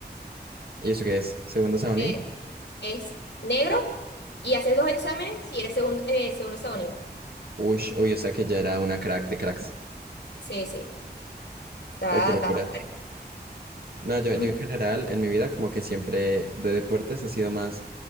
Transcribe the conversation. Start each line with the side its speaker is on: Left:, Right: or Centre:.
Right: ¿Y eso qué es? ¿Segundo Saonin?
Left: Eh, es negro y haces dos exámenes y eres segun- eh, segundo sabonín.
Right: Ush, uy, o sea que ya era una crack de cracks.
Left: Sí, sí, está,
Right: Uy, qué locura.
Left: está fuerte.
Right: No, yo, yo
Left: Mm,
Right: en general, en mi vida, como que siempre de deportes he sido más